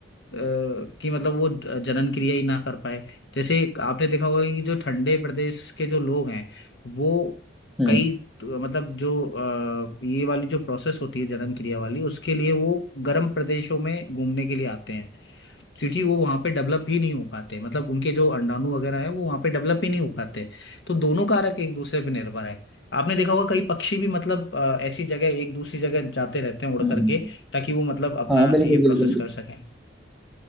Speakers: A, on the left; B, in the centre.
A: कि मतलब वो जनन क्रिया ही ना कर पाए जैसे एक आपने देखा होगा कि जो ठंडे प्रदेश के जो लोग हैं वो
B: हम्म
A: कई तो मतलब जो अ, ये वाली जो प्रोसेस होती है जनन क्रिया वाली उसके लिए वो गर्म प्रदेशों में घूमने के लिए आते हैं क्योंकि वो वहाँ पे डेवलप ही नहीं हो पाते मतलब उनके जो अंडाणु वगैरह है वो वहाँ पे डेवलप ही नहीं हो पाते तो दोनों कारक एक दूसरे पे निर्भर है आपने देखा होगा कई पक्षी भी मतलब अ, ऐसी जगह एक दूसरी जगह जाते रहते हैं उड़
B: हम्म,
A: करके
B: हम्म।
A: ताकि वो मतलब अपना
B: हाँ बिल्कुल
A: ये
B: बिल्कुल
A: प्रोसेस
B: बिल्कुल
A: कर सकें